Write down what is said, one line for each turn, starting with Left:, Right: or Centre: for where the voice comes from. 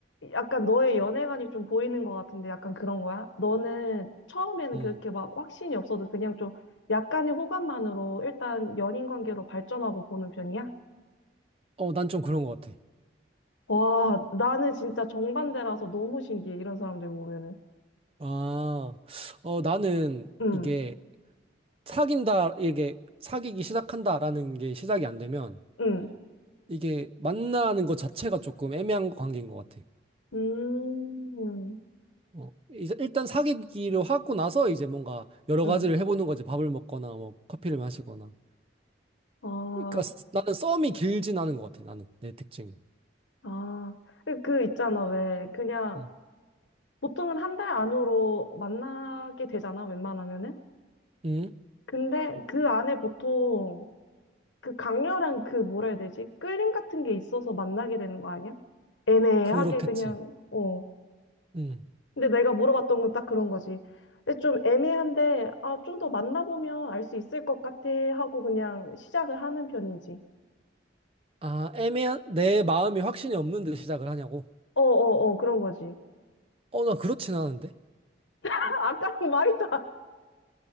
Left: 약간 너의 연애관이 좀 보이는 것 같은데 약간 그런 거야? 너는 처음에는
Right: 음.
Left: 그렇게 막 확신이 없어도 그냥 좀 약간의 호감만으로 일단 연인 관계로 발전하고 보는 편이야?
Right: 어, 난 좀 그런 것 같아.
Left: 와, 나는 진짜 정반대라서 너무 신기해, 이런 사람들 보면은.
Right: 아, 어, 나는
Left: 응,
Right: 이게 사귄다, 이게 사귀기 시작한다라는 게 시작이 안 되면,
Left: 응,
Right: 이게 만나는 것 자체가 조금 애매한 관계인 것 같아.
Left: 음,
Right: 어, 이제 일단 사귀기로 하고 나서 이제 뭔가 여러
Left: 응.
Right: 가지를 해보는 거지. 밥을 먹거나 뭐 커피를 마시거나.
Left: 아,
Right: 그러니까 스- 나는 썸이 길진 않은 것 같아. 나는 내 특징이.
Left: 아. 그, 그 있잖아, 왜. 그냥,
Right: 음.
Left: 보통은 한 달 안으로 만나게 되잖아, 웬만하면은.
Right: 음,
Left: 근데 그 안에 보통 그 강렬한 그 뭐라 해야 되지? 끌림 같은 게 있어서 만나게 되는 거 아니야? 애매하게
Right: 그렇겠지.
Left: 그냥, 어.
Right: 음.
Left: 근데 내가 물어봤던 건 딱 그런 거지. 근데 좀 애매한데, 아, 좀 더 만나보면 알 수 있을 것 같아 하고 그냥 시작을 하는 편인지.
Right: 아, 애매한 내 마음이 확신이 없는데 시작을 하냐고?
Left: 어어어, 그런 거지.
Right: 어, 나 그렇진 않은데.
Left: <laughs> 아까랑 말이 다,